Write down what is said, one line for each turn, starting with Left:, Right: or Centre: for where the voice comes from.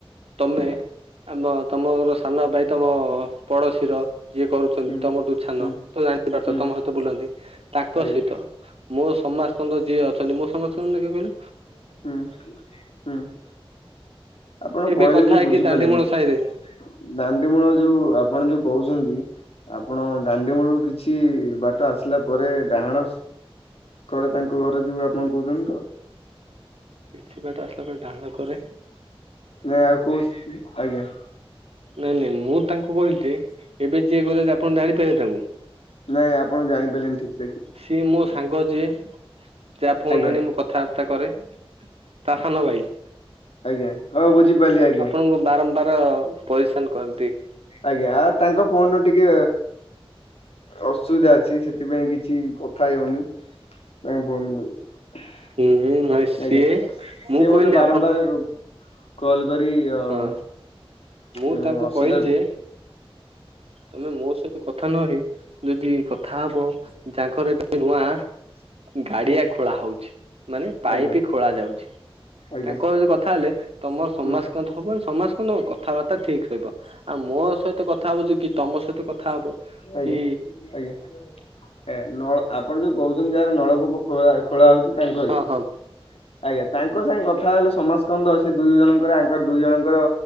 Right: ତମେ ଆମ ତମର ସାନ ଭାଇ ତମ ପଡ଼ୋଶୀର ଯିଏ କରୁଛନ୍ତି
Left: ହୁଁ।
Right: ତମଠୁ ଛାନ
Left: ହୁଁ
Right: ତ ଜାଣିପାରଥିବ
Left: ହୁଁ
Right: ତମ ସହିତ ବୁଲନ୍ତି ତାଙ୍କ
Left: ଆଜ୍ଞା
Right: ସହିତ ମୋ ସମାସ୍କନ୍ଦ ଯିଏ ଅଛନ୍ତି ମୋ ସମାସ୍କନ୍ଦ କିଏ କହିଲ
Left: ହୁଁ ହୁଁ ଆପଣ
Right: ଏବେ
Left: କହିଲେ
Right: କଥା
Left: ଯୋଉ
Right: ହେଇକି
Left: ବୁଝିପାରିଲିନି।
Right: ଦାଣ୍ଡିମୂଳ ସାହିରେ
Left: ଦାଣ୍ଡି ମୂଳ ଯୋଉ ଆପଣ ଯୋଉ କହୁଛନ୍ତି ଆପଣ ଦାଣ୍ଡି ମୂଳରୁ କିଛି ବାଟ ଆସିଲା ପରେ ଡାହାଣ ଶ୍ କଡ ତାଙ୍କ ଘର ଯୋଉ ଆପଣ କହୁଛନ୍ତି ତ
Right: କିଛି ବାଟ ଆସିଲା ପରେ ଡାହାଣ କରେ
Left: ନାଇଁ ଆଉ କୋଉ ସି ଆଜ୍ଞା।
Right: ନାଇଁ ନାଇଁ ମୁଁ ତାଙ୍କୁ କହିଲି ଯେ ଏବେ ଯିଏ ଗଲେ ଆପଣ ଜାଣିପାରିବେ ତାଙ୍କୁ
Left: ନାଇଁ ଆପଣ ଜାଣିପାଇଲେ ନି ଠିକଶ୍
Right: ସିଏ ମୋ ସାଙ୍ଗ ଯିଏ ଯା ଫୋନ
Left: ଆଜ୍ଞା
Right: ଆଣି ମୁଁ କଥାବାର୍ତ୍ତା କରେ। ତା ସାନ ଭାଇ
Left: ଆଜ୍ଞା ହଁ ବୁଝିପାରିଲି ଆଜ୍ଞା
Right: ଆପଣଙ୍କୁ ବାରମ୍ବାର ପରିଶାନ କରନ୍ତି।
Left: ଆଜ୍ଞା ଆ ତାଙ୍କ ଫୋନ ର ଟିକେ ଅସୁବିଧା ଅଛି ସେଥିପାଇଁ କି ଛି କଥା ହେଇ ହଉନି ତାଙ୍କ ଫୋନ ରେ
Right: ହୁଁ ଭାଇ ସିଏ
Left: ଆଜ୍ଞା।
Right: ମୁଁ
Left: ସିଏ ମତେ
Right: କହିଲି
Left: ବାରମ୍ବାର
Right: ଆପଣ
Left: କଲ କରି ଅ
Right: ହଁ ମୁଁ ତାଙ୍କୁ
Left: ଅସୁବିଧାରେ
Right: କହିଲି ଯେ
Left: ପ
Right: ତମେ ମୋ ସହିତ କଥା ନ ହେଇ ଯଦି କଥା ହବ ଯାଙ୍କର ଏବେ ନୂଆ ଗାଡିଆ
Left: ହୁଁ
Right: ଖୋଳା ହଉଛି ମାନେ ପାଇପ୍
Left: ଆଜ୍ଞା
Right: ଖୋଳା ଯାଉଚି।
Left: ଆଜ୍ଞା
Right: ତାଙ୍କ ସହିତ କଥା ହେଲେ ତମର ସମାସ୍କନ୍ଦ
Left: ହୁଁ
Right: ହବ ନ ସମାସ୍କନ୍ଦ କ କଥାବାର୍ତ୍ତା ଠିକ ରହିବ। ଆଉ ମୋ ସହିତ କଥା ହଉଚି କି ତମ ସହିତ କଥା ହବ
Left: ଆଜ୍ଞା
Right: କି
Left: ଆଜ୍ଞା ଆ ଆପଣ ଯୋଉ କହୁଚନ୍ତି ଯାହାର ନଳକୂପ ଖୋଳା ଖୋଳା ହଉଚି ତାଙ୍କରି।
Right: ହଁ ହଁ
Left: ଆଜ୍ଞା ତାଙ୍କ ସାଙ୍ଗେ କଥା ହେଲେ ସମାସ୍କନ୍ଦ ଅଛି ଦୁଇ ଜଣଙ୍କର ଆଙ୍କର ଦୁଇ ଜଣଙ୍କର